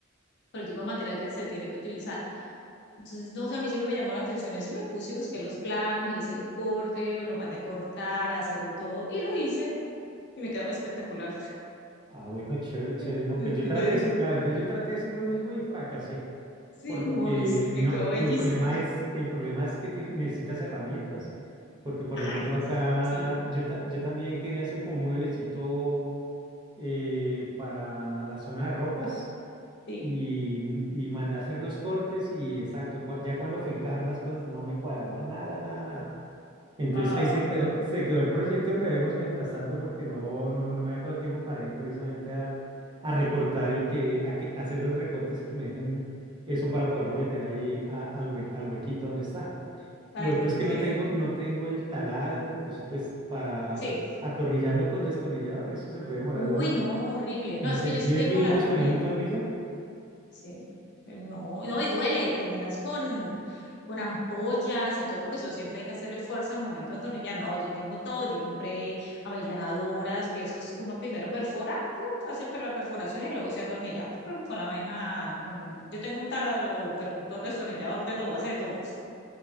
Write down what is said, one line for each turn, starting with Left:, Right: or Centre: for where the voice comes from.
Left: por el tipo de material que se tiene que utilizar. Entonces, no, o sea, a mí siempre me llamó la atención eso y me puse y busqué los planos, hice el corte, lo mandé a cortar, a hacer de todo y lo hice y me quedó espectacular.
Right: Ah, bueno, chévere, chévere.
Left: <laughs>
Right: No,
Left: Entonces
Right: pues yo traté
Left: yo dije,
Right: de hacer- la verdad, yo traté de hacer lo mismo y fracasé,
Left: sí,
Right: por
Left: no,
Right: lo que
Left: a mí sí, me
Right: no,
Left: quedó bellísimo.
Right: el problema es, el problema es que tiene, necesitas herramientas, porque por
Left: Ay,
Right: ejemplo acá
Left: sí,
Right: yo, ta- yo también quería hacer como un mueblecito eh, para la zona de ropas
Left: sí,
Right: y, y mandé a hacer los cortes y exacto, cua- ya cuando fue a encajar las cosas no me cuadraba nada, nada, nada. Entonces
Left: ah,
Right: ahí se quedó, se quedó el proyecto en veremos mientras tanto porque no, no, no me ha quedado tiempo para ir precisamente a, a recortar y que, a que- a hacer los recortes y que me dejen eso para poderlo meter ahí a- al, hue- al huequito donde está.
Left: para
Right: Lo otro
Left: que te
Right: es que
Left: quede
Right: no tengo,
Left: bien.
Right: no tengo el taladro porque eso pues para
Left: Sí,
Right: atornillando con destornillador, eso se puede demorar
Left: uy,
Right: uno,
Left: no, horrible.
Right: no
Left: No, es
Right: sé,
Left: que yo
Right: 10
Left: sí tengo
Right: minutos
Left: la herramienta.
Right: poniendo un tornillo.
Left: Sí, no, no, y duele, terminas con, con ampollas y todo, porque eso siempre hay que hacerle fuerza al momento de atornillar. No, yo tengo todo, yo compré avellanadoras, que esos uno primero perfora, uh, hace per- la perforación y luego se atornilla pum, con la misma, con- yo tengo un taladro percutor, destornillador, de todo, hace de todo.